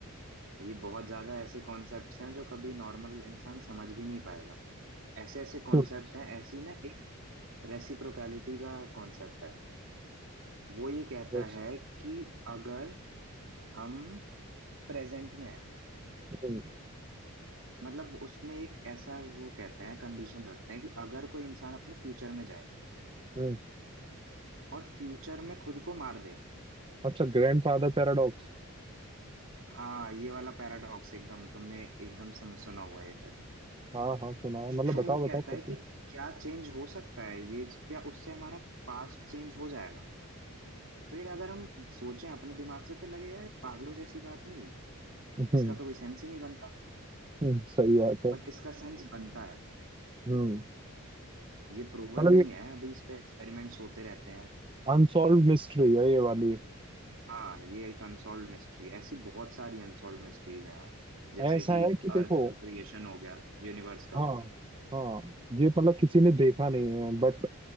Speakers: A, on the right (about 65°); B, on the right (about 25°).
A: ये बहुत ज्यादा ऐसे कॉन्सेप्ट्स हैं जो कभी नॉर्मल इंसान समझ भी नहीं पाएगा ऐसे ऐसे कॉन्सेप्ट
B: बस,
A: हैं ऐसी ना एक रेसिप्रोकैलिटी का कॉन्सेप्ट है वो ये कहता
B: बस,
A: है कि अगर हम प्रेजेंट में हैं
B: हम्म,
A: मतलब उसमें एक ऐसा वो कहते हैं कंडीशन रखते हैं कि अगर कोई इंसान अपने फ्यूचर में जाए
B: हम्म।
A: और फ्यूचर में खुद को मार दे
B: अच्छा ग्रैंडफादर पैराडॉक्स
A: हाँ ये वाला पैराडॉक्स एकदम तुमने एकदम समझ सुना हुआ है फिर
B: हाँ हाँ सुना है मतलब
A: तो
B: बताओ
A: वो कहता
B: बताओ करके
A: है कि
B: <laughs>
A: क्या चेंज हो सकता है ये क्या उससे हमारा पास्ट चेंज हो जाएगा तो ये अगर हम सोचें अपने दिमाग से तो लगेगा ये पागलों जैसी बात नहीं हुई
B: हम्म,
A: इसका तो कोई सेंस ही नहीं बनता
B: हम्म, सही बात है
A: बट इसका सेंस बनता है
B: हम्म
A: ये प्रूवन
B: मतलब
A: नहीं
B: ये
A: है अभी इस पे एक्सपेरिमेंट्स होते रहते हैं
B: अनसॉल्व मिस्ट्री है ये वाली
A: हाँ ये एक अनसॉल्व मिस्ट्री है ऐसी बहुत सारी अनसॉल्व मिस्ट्रीज हैं यार जैसे
B: ऐसा
A: कि
B: है कि देखो
A: अर्थ का क्रिएशन हो गया यूनिवर्स का
B: हाँ हाँ ये मतलब किसी ने देखा नहीं है बट